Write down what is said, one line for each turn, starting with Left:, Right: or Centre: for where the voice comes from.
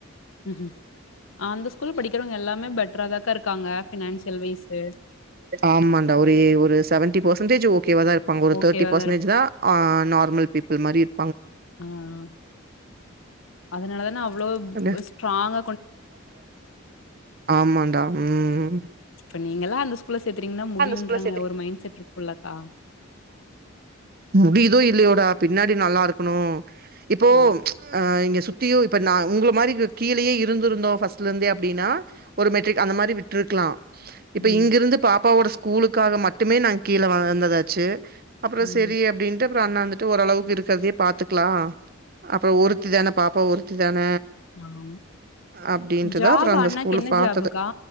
Left: ம் ம் அந்த ஸ்கூல்ல படிக்கிறவங்க எல்லாமே பெட்டராதாக்கா இருக்காங்க ஃபினான்சியல் வைஸு
Right: ஆமாண்டா ஒரே ஒரு செவன்டி பேசன்டேஜ் ஓகேவா தா இருப்பாங் ஒரு
Left: ஓகேவாதா
Right: தேட்டி பேசன்டேஜ் தா அ நார்மல் பீப் பில் மாரி இரு
Left: அ அ அதனாலதான அவ அவ்ளோ ப்
Right: என்ன
Left: ப ஸ்ட்ராங்க
Right: ஆமாண்டா ம்
Left: இப்ப நீங்கல்லா அந்த ஸ் கூல்ல சேத்துறீங்கன்னா முடியுன்றங்க
Right: அந்த ஸ்கூல்ல
Left: ஒரு மைண்ட் செட் ருக்குல்லக்கா
Right: முடியிதோ இல்லையோடா பின்னாடி நல்லா இருக்கணு இப்போ
Left: ஆ
Right: அ இங்க சுத் த்தியு இப்ப நா உங்கள மாரி கி கீழியே இருந்துருந்தோ ஃபஸ்ட்லேருந்தே அப்டின்னா ஒரு மெட்ரிக் அந்த மாரி விட்ருக்லா இப்ப
Left: ம்
Right: இங்கிருந்து பாப்பாவோட ஸ் கூலுக்காக மட்டுமே நா கீழ வ வந்ததாச்சு அப்றோ
Left: ம்
Right: சேரி அப்டின்ட்டு அப்பறோ அண்ணா வந்துட்டு ஓரளவுக்கு இருக்கற்த்யே பாத்துக்லா அப்பறோ ஒருத்திதான பாப் போ ஒருத்தி தான
Left: ஆம்
Right: அப்டின்ட்டுதா
Left: ஜாபு
Right: அப்றோ அந்த
Left: அண்ணாக்கு
Right: ஸ்கூல்ல
Left: என்ன
Right: பாத்தது
Left: ஜாபுக்கா